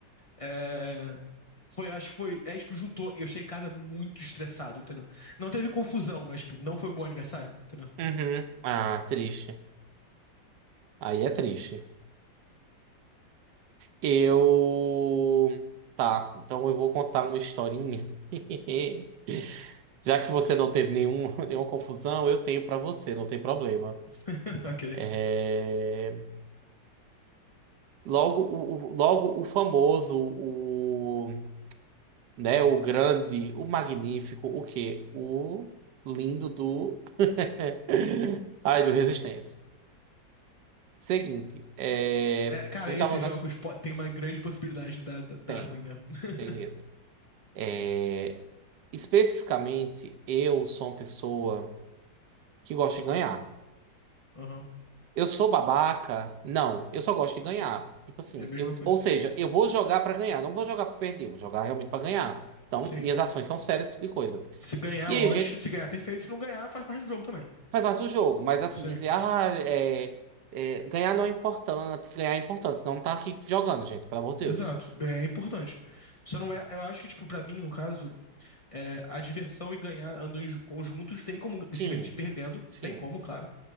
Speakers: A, on the left (about 45°); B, on the right (about 70°).
A: É, foi, eu acho que foi. É, tipo, juntou. E eu cheguei em casa muito estressado, entendeu? Não teve confusão, mas, tipo, não foi um bom aniversário, entendeu?
B: Uhum, ah, triste. Aí é triste. Eu. Tá, então eu vou contar uma historinha. <laughs> Já que você não teve nenhum, <laughs> nenhuma confusão, eu tenho pra você, não tem problema.
A: <laughs> Ok.
B: É... Logo, o, o- logo o famoso, o, né, o grande, o magnífico, o quê? O lindo do. <laughs> Ai, do Resistência. Seguinte, é...
A: É, cara,
B: ele
A: esses
B: tava na.
A: jogos po- tem uma grande possibilidade de dar, dar dar
B: Tem,
A: ruim mesmo. <laughs>
B: tem mesmo. É, Especificamente, eu sou uma pessoa. que gosta de ganhar.
A: Aham.
B: Eu sou babaca? Não, eu só gosto de ganhar. Tipo assim,
A: É a mesma
B: eu,
A: coisa.
B: ou seja, eu vou jogar pra ganhar, não vou jogar pra perder, vou jogar realmente pra ganhar. Então,
A: Sim.
B: minhas ações são sérias, esse tipo de coisa.
A: Se ganhar,
B: E aí,
A: ótimo.
B: a gente
A: Se ganhar, perfeito. Se não ganhar, faz parte do jogo também.
B: faz parte do jogo, mas assim,
A: Sim.
B: dizer, ah, é, é, ganhar não é importante, ganhar é importante, senão não tá aqui jogando, gente, pelo amor de
A: Exato.
B: Deus.
A: Ganhar é importante. Só não é. Eu acho que, tipo, pra mim, no caso, é, a diversão e ganhar andam em ju- conjuntos. Tem como se
B: Sim,
A: divertir perdendo.
B: sim.
A: Tem como, claro.